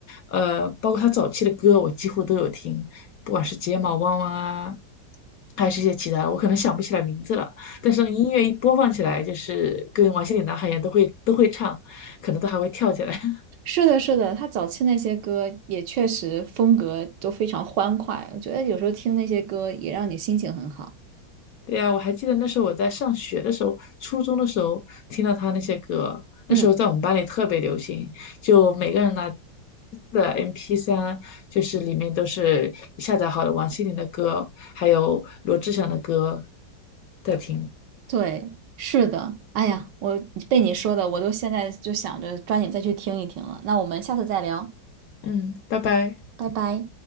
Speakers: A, on the left; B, on the right.
A: 呃，包括他早期的歌，我几乎都有听，不管是睫毛弯弯啊，还是一些其他的，我可能想不起来名字了。但是音乐一播放起来，就是跟王心凌、男孩一样，都会都会唱，可能都还会跳起来。<laughs>
B: 是的，是的，她早期那些歌也确实风格都非常欢快，我觉得有时候听那些歌也让你心情很好。
A: 对呀，我还记得那时候我在上学的时候，初中的时候听到他那些歌，
B: 嗯，
A: 那时候在我们班里特别流行，就每个人拿的 MP3，就是里面都是下载好的王心凌的歌，还有罗志祥的歌在听。
B: 对，是的。哎呀，我被你说的，我都现在就想着抓紧再去听一听了。那我们下次再聊，
A: 嗯，拜拜。
B: 拜拜。